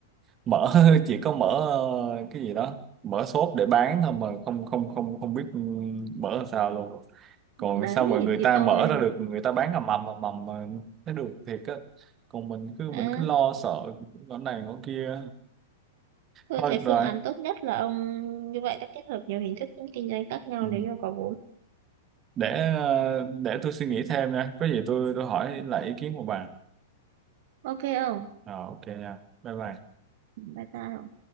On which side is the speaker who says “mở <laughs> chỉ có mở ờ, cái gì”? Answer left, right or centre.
Right